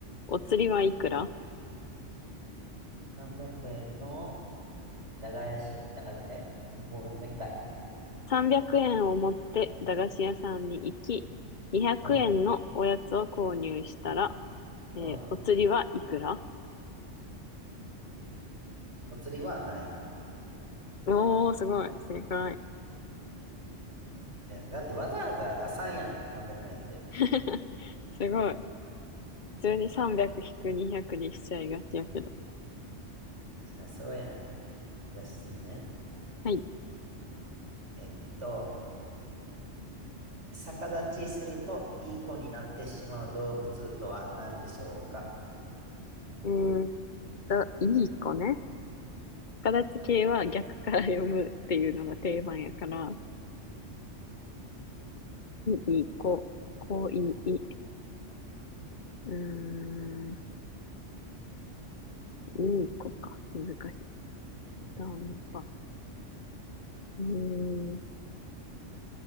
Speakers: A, on the left; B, on the right.
A: お釣りはいくら
B: 300円の長屋し、長、えごめん、もう一回。
A: ?300 円を持って駄菓子屋さんに行き、200円のおやつを購入したら、
B: うん。
A: えーお釣りはいくら
B: うん。お釣りはない。
A: おー、すごい。正解。
B: ね、だってわざわざ出さんやん。300円って。
A: <laughs> すごい。普通に300引く200にひゃくにしちゃいがちやけど。
B: そりゃそうやん。よしいね。
A: はい。
B: えっと、逆立ちするといい子になってしまう動物とは何でしょうか
A: えーっと、いい子ね。逆立ち系は逆から読むっていうのが定番やから、いい子、こいい、うーん、いい子か。難しい。
B: うん。
A: ダンパ。うーん、